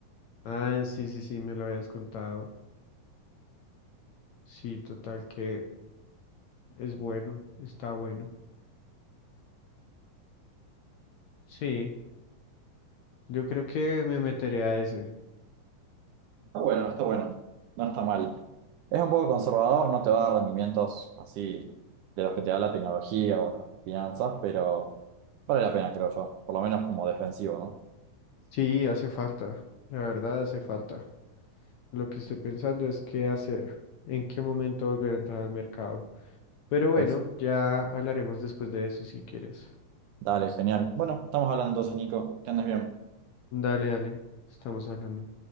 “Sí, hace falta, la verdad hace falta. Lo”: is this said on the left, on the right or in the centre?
Left